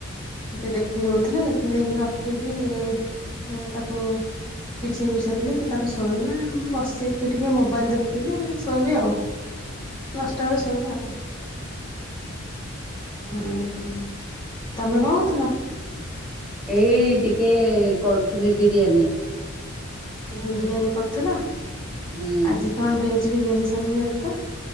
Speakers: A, on the left; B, in the centre.
A: ଟିକେ ଦେଖିବଏଥିରେ ଦେଖି ଦେଇକି ରଖିକି ତାକୁ ପିଛେଇ ବିିଛାଇଥିଲି ସେ ତାର ଶୋଇଲା ମୁଁ ବସିକି ଟିକେ ମୋବାଇଲ୍ ଦେଖୁଥିଲି ଆଉ ଶୋଇବି ଆଉ।
B: ଉଁ।
A: ଦଶାଟା ବେଳେ ସେଇ ପଡ଼ିଲି। ହୋଉ ହୋଉ ତମେ କଣ କରୁଥୁଲ?
B: ଏଇ ଟିକେ କରୁଥୁନି ବିରିୟାନୀ।
A: ବିରିୟାନୀ କରୁଥୁଲ
B: ହୁଁ
A: ଆଜି କଣ ଭେଜ୍ ବିରିୟାନୀ ଶନିବାର ତ?